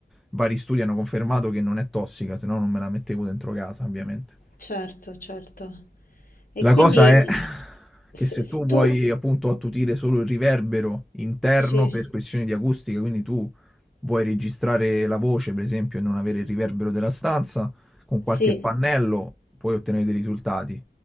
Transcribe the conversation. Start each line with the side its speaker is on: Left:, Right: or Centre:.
Centre: vari studi hanno confermato che non è tossica, se no non me la mettevo dentro casa, ovviamente.
Left: certo, certo. E
Centre: La
Left: quindi
Centre: cosa è <laughs>
Left: se-
Centre: che se
Left: se
Centre: tu vuoi
Left: tu...
Centre: appunto attutire solo il riverbero interno
Left: Sì,
Centre: per questioni di acustica, quindi tu vuoi registrare la voce, per esempio, e non avere il riverbero della stanza, con qualche
Left: sì.
Centre: pannello puoi ottenere dei risultati.